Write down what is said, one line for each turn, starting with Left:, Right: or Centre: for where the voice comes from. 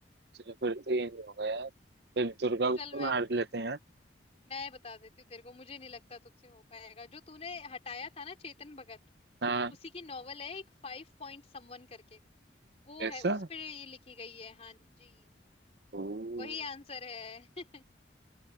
Right: चलो फिर तो ये नहीं होगा यार फिर दुर्गा को
Left: चल
Right: तो
Left: मैं
Right: मार लेते हैं यार
Left: मैं बता देती हूँ तेरे को मुझे नहीं लगता तुझसे हो पाएगा जो तूने हटाया था ना चेतन भगत
Right: हाँ
Left: उसी की नॉवल है एक फाइव पॉइंट समवन करके वो
Right: ऐसा
Left: है उस पे ये लिखी गई है हाँ जी
Right: ओह,
Left: वही आंसर है <laughs>